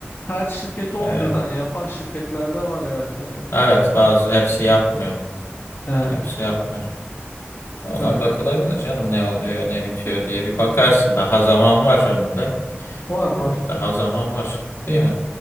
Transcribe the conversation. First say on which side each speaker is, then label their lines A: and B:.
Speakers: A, on the left; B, on the left.
A: her şirket olmuyor
B: e,
A: da hani yapan şirketlerde var evet hani
B: evet
A: e,
B: bazı hepsi yapmıyor.
A: yani
B: Hepsi yapmıyor. Ona
A: öyle
B: bakılabilir canım ne oluyor ne bitiyor diye bir bakarsın. Daha zaman var önünde.
A: var var.
B: E, daha zaman var. Değil mi?